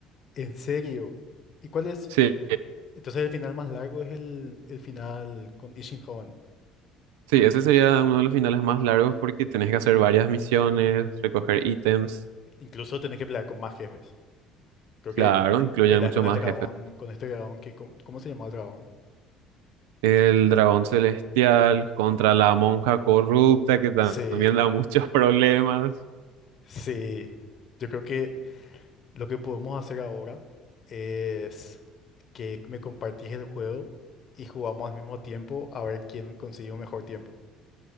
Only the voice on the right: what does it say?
Sí,
sí, ese sería uno de los finales más largos porque tenés que hacer varias misiones, recoger ítems,
claro,
incluyen
muchos
más
jefes.
El dragón celestial contra la monja corrupta que también
da muchos <laughs> problemas.